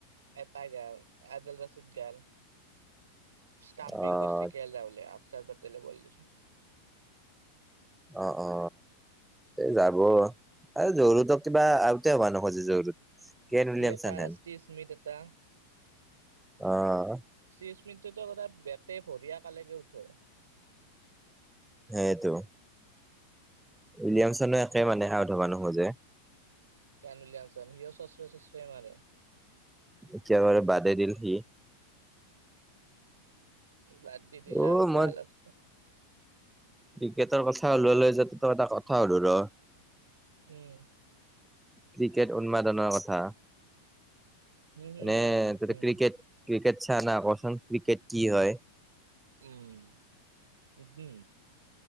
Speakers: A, on the right; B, in the centre.
A: এটাই গল আদিল ৰছিদ গল ষ্টাম্পিং
B: অ'
A: কৰিছে কে এল ৰাহুলে অক্ষাৰ পতেলে বল দিছে
B: অ অ এই যাব আৰু জোৰুতক কিবা আউতে হবা নোখোজে চোন কেন
A: সি
B: উলিয়ামচেন
A: এটা ষ্টিভ স্মিথ এটা
B: অহ
A: শ্ৰীস্মৃতো বেতে বৰিয়া কালেকে আউট হয়
B: সেইটো উইলিয়ামচনো একে মানে আউট হব নোখোজে
A: কেন উইলিয়ামচন সিও চচৰে চচৰে মাৰে
B: এতিয়া বাৰু বাদে দিল সি
A: বাদ দি দিলা
B: অ'
A: বলাগছে
B: মই ক্ৰিকেটৰ কথা উলালেই যেতিয়া তোক এটা কথা সোধো ৰ
A: উম
B: ক্ৰিকেট উন্মাদনৰ কথা
A: হুম, হুম,
B: মানে
A: হুম,
B: ত
A: হুম,
B: ক্ৰিকেট ক্ৰিকেট চাও না কচোন ক্ৰিকেট কি হয়
A: উম উগু।